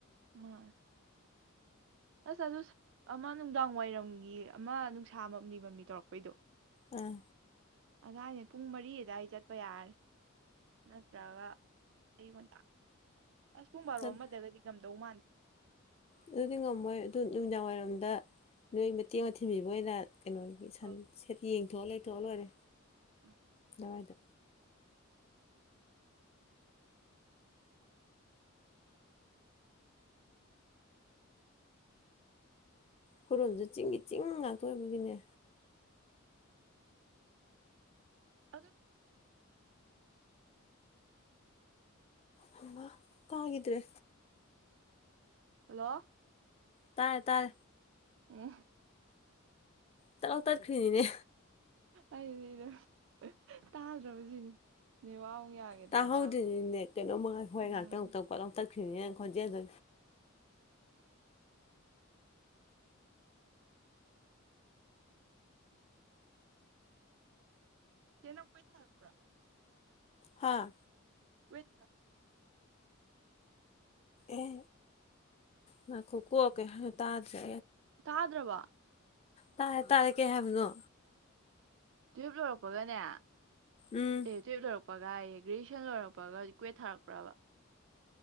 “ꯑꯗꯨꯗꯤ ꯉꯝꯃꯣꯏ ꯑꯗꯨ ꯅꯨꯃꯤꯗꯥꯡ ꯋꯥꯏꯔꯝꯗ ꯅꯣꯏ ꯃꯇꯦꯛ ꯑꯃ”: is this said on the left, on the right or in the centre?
Left